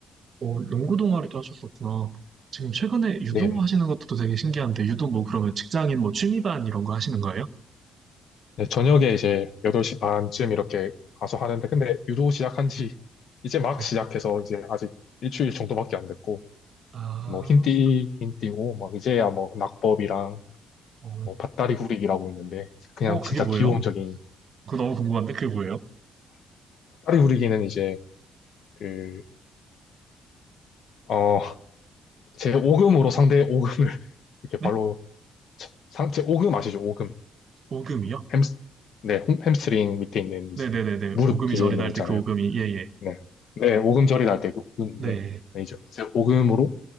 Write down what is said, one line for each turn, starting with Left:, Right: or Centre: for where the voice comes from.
Right: 어, 농구 동아리도 하셨었구나. 지금 최근에 유도
Left: 네네.
Right: 하시는 것도 되게 신기한데 유도 뭐 그러면 직장인 뭐 취미반 이런 거 하시는 거예요?
Left: 네, 저녁에 이제 8시 반쯤 이렇게 가서 하는데, 근데 유도 시작한 지 <laughs> 이제 막
Right: 네.
Left: 시작해서 이제 아직 일주일 정도밖에 안 됐고,
Right: 아,
Left: 뭐 흰띠, 흰띠고 막 이제야 뭐 낙법이랑
Right: 어,
Left: 뭐 밭다리 구리기라고 있는데 그냥
Right: 어, 그게
Left: 진짜
Right: 뭐예요?
Left: 기본적인
Right: 그거 너무 궁금한데 그게 뭐예요?
Left: 밭다리 구리기는 이제 그 어 제 오금으로 상대의 오금을 <laughs> 이렇게
Right: 네?
Left: 발로 차- 상, 제 오금 아시죠? 오금
Right: 오금이요?
Left: 햄스 네 홈- 햄스트링 밑에 있는 이제
Right: 네네네네.
Left: 무릎
Right: 오금이
Left: 뒤에
Right: 저리다
Left: 있는
Right: 할
Left: 거 있잖아요.
Right: 때 그 오금이 예예.
Left: 네, 네 오금절이 날 때그금인데
Right: 네.
Left: 이제 제 오금으로